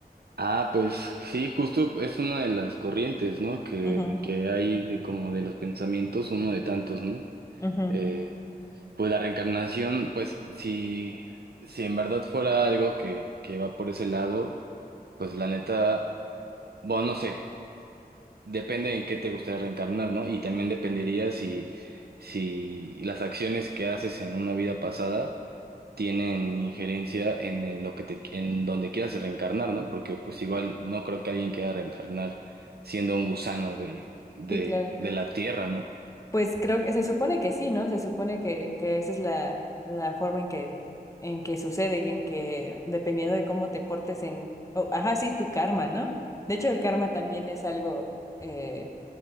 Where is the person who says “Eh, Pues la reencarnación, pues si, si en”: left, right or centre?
Right